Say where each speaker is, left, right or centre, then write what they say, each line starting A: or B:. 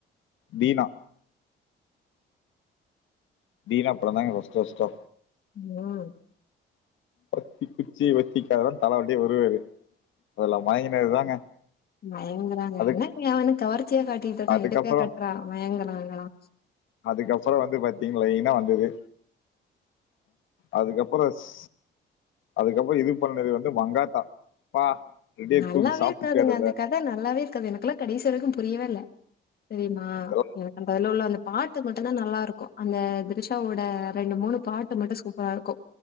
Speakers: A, on the left; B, on the left.
A: தீனா தீனா பாடம் தாங்க பஸ்ட்டு பஸ்டா
B: ம்
A: வத்திகுச்சி வத்திக்காதெல்லாம் தலை அப்டியே வருவாரு அதெல்லாம் மயங்கினது தாங்க
B: மயங்குறாங்க
A: அதுக்கு
B: என்னதுக்கு கவர்ச்சியா காட்டிட்டு இருக்கான்
A: அதுக்கப்புறம்
B: இடுப்பையா கட்டுறான் மயங்கறாங்களாம்
A: அதுக்கப்புறம் வந்து பாத்தீங்களா லைனா வந்தது அதுக்கப்புறம் ஸ் அதுக்கப்பறம் இது பண்ணது வந்து மங்காத்தா ப்பா ரெடியா
B: நல்லாவே
A: தூக்கி சாப்பிட்டாரு
B: இருக்காதுங்க அந்த கத நல்லாவே இருக்காது எனக்குெல்லாம் கடைசி வரைக்கும் புரியவே இல்ல தெரியுமா
A: அத
B: எனக்கு அதுல உள்ள அந்த பாட்டு மட்டும்தான் நல்லா இருக்கும் அந்த திருஷ் ஓட ரெண்டு மூணு பாட்டு மட்டும் க்கும்